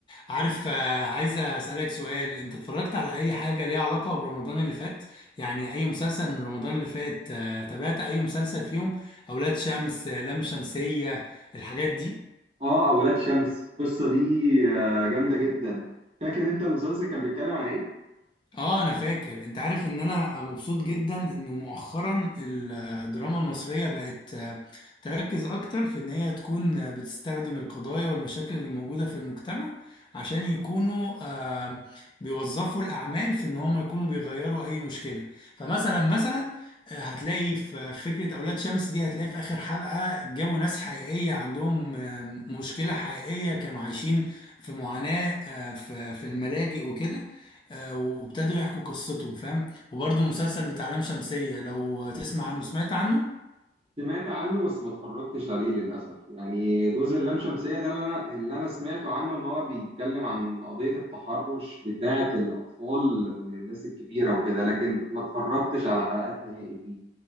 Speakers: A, on the left (about 25°); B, on the right (about 35°).
A: عارف آه، عايز اسالك سؤال انت اتفرجت على اي حاجه ليها علاقه برمضان اللي فات يعني اي مسلسل من رمضان اللي فات آه، تابعت اي مسلسل فيهم اولاد شمس آه، لام شمسيه الحاجات دي
B: اه اولاد شمس القصه دي آه، جامده جدا فاكر انت المسلسل كان بيتكلم عن ايه
A: اه انا فاكر انت عارف ان انا مبسوط جدا انه مؤخرا الدراما المصرية بقت آه، تركز اكتر في ان هي تكون آه، بتستخدم القضايا والمشاكل اللي موجودة في المجتمع عشان يكونوا آه، بيوظفوا الاعمال في ان هم يكونوا بيغيروا اي مشكلة فمثلا مثلا آه، هتلاقي في فكرة اولاد شمس دي هتلاقي في اخر حلقة جابوا ناس حقيقية عندهم آه، مشكلة حقيقية كانوا عايشين في معاناة آه، في في الملاجئ وكده آه، وابتدوا يحكوا قصتهم فاهم وبرضه المسلسل بتاع لام شمسية لو تسمع عنه سمعت عنه
B: سمعت عنه بس ما اتفرجتش عليه للاسف يعني جزء اللام شمسيه ده اللي انا اللي انا سمعته عنه ان هو بيتكلم عن قضيه التحرش بتاعه الاطفال من الناس الكبيره وكده لكن ما اتفرجتش على حلقات نهائي فيه